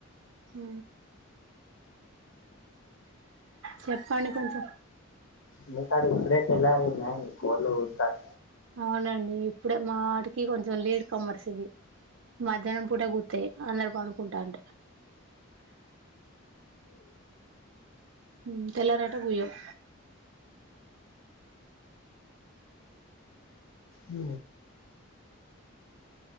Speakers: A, on the right; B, on the left.
A: ఉ చెప్పండి కొంచెం
B: మీ కాడ ఇప్పుడే తెల్లారిందా కోళ్లు పుడుతున్నాయా
A: అవునండి ఇప్పుడే మా వాటికి కొంచెం లీడ్ కమ్మర్స్ ఇవి మధ్యాహ్నం పూట గుతాయి అందరు పడుకుంటాం ఉమ్ తెల్లర్ యట పుయ్యవ్
B: ఊ